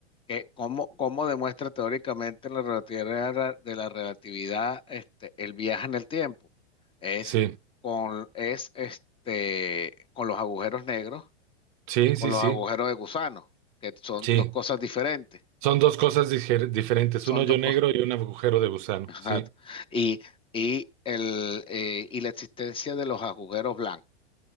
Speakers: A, on the left; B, on the right.
A: que cómo, cómo demuestra teóricamente la relatividad de la relatividad este, el viaje en el tiempo. Es
B: Sí,
A: con, es este, con los agujeros negros
B: sí,
A: y con
B: sí,
A: los
B: sí,
A: agujeros de gusano, que son
B: sí.
A: dos cosas diferentes.
B: Son dos cosas dijer- diferentes,
A: Son
B: un hoyo
A: dos
B: negro
A: cosas.
B: y un agujero de gusano,
A: <laughs> Exacto.
B: sí.
A: Y, y, el, eh, y la existencia de los agujeros blancos,